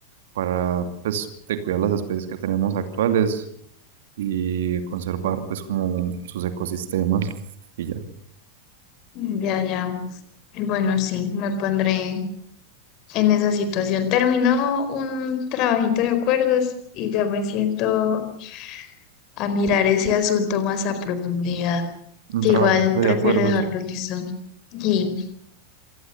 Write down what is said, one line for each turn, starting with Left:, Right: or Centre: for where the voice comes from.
Right: para, pues, de cuidar las especies que tenemos actuales y conservar, pues, como sus ecosistemas y ya.
Left: Mm, ya, ya. Bueno, sí, me pondré en esa situación. Terminó un trabajito de acuerdos y ya me siento a mirar ese asunto más a profundidad.
Right: Un
Left: que
Right: trabajito
Left: igual
Right: de
Left: prefiero
Right: acuerdos.
Left: dejarlo listo. Y